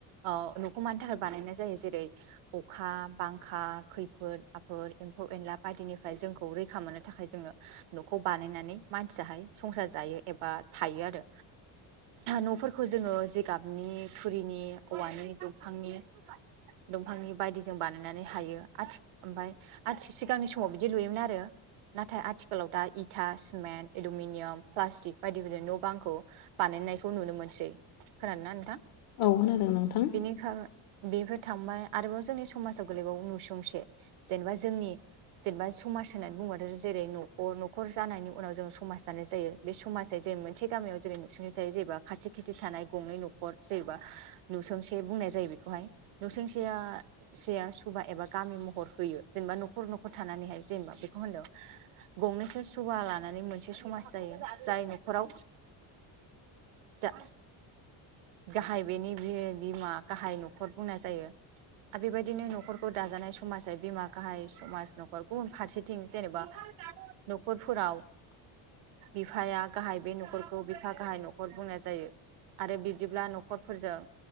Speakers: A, on the right; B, on the left.
A: ओ न'खौ मानि था बानायनाय जायो जेरै अखा बांखा खैफोद आफोद एम्फौ एनला बायदिनिफ्राय जोंखौ रैखा मोननो था खाय जोङो न'खौ बानायनानै मानसियाहाय संसार जायो एबा थायो आरो न'फोरखौ जोङो जिगाबनि थुरिनि औवानि दफांनि-दंफांनि बायदिजों बानायनानै हायो आथि ओमफाय आथि सिगांनि समाव बिदि लुयोमोन आरो नाथाय आथिखालाव दा इ था सिमेन्ट एलुमिनियाम प्लास्टिक बायदि बायदि न' बांखौ बानायनायखौ नुनो मोनसै खोनादोना नोंथां
B: औ होनादों नोंथां
A: बेनिखा बेफोर थांबाय आरोबाव जोंनि समाजाव गोलैबावो नुसुंसे जेनेबा जोंनि जेनबा समाज होननानै बुंबाथो जेरै न'ख न'खर जानायनि उनाव जों समाज जानाय जायो बे समाजै मोनसे गामियाव जेरै नुसुंनि थायो जेबा खाथि खिथि थानाय गंनै न'खर जेबा नुसुंसे बुंनाय जायो बि खौहाय नु'सुंसेया सेया सुबा एबा गामि महर होयो जेनबा न'खर न'खर थानानैहाय जेनबा बेखौ होनदों गंनैसो सभा लानानै मोनसे समाज जायो जाय न'खराव जा गाहाय बेनि बे बिमा गाहाय न खर बुंनाय जायो आ बेबायदिनो न'खरखौ दाजानाय समाजै बिमा गाहाय समाज न'खर गुबुन फारसे थिं जेनेबा न'खरफोराव बिफाया गाहाय बे न'खरखौ बिफा गाहाय न'खर बुंनाय जायो आरो बिब्दिब्ला न'खरफोरजों